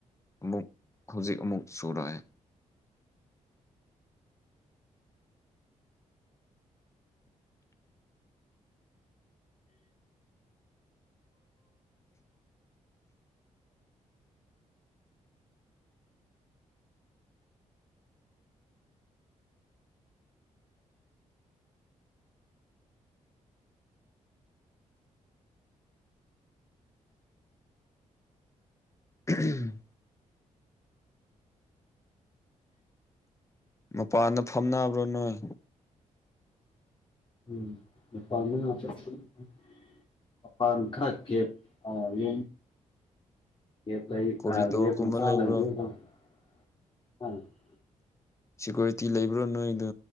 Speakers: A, on the left; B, on the left.
A: ꯑꯃꯨꯛ ꯍꯨꯖꯤꯛ ꯑꯃꯨꯛ ꯆꯨꯔꯛꯑꯦ <unintelligible> ꯃꯄꯥꯟꯗ ꯐꯝꯅꯕ꯭ꯔꯣ ꯅꯣꯏ
B: ꯎꯝ <inaudible> ꯃꯄꯥꯟ ꯈꯔ ꯀꯦꯞ ꯑꯥ <inaudible> <inaudible>
A: ꯀꯣꯔꯤꯗꯣꯔꯒꯨꯝꯕ ꯂꯩꯕ꯭ꯔꯣ ꯁꯤꯀ꯭ꯌꯨꯔꯤꯇꯤ ꯂꯩꯕ꯭ꯔꯣ ꯅꯣꯏꯗꯣ